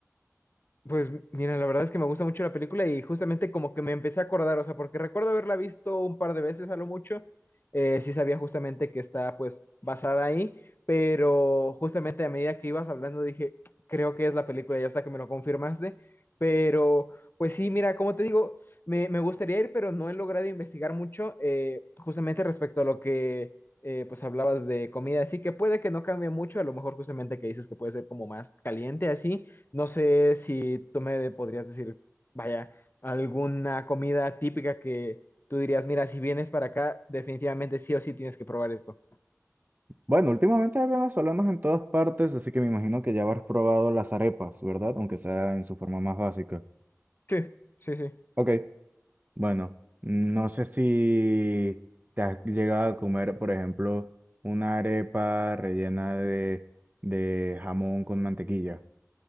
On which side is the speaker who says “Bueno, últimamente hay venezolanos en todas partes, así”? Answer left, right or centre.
Right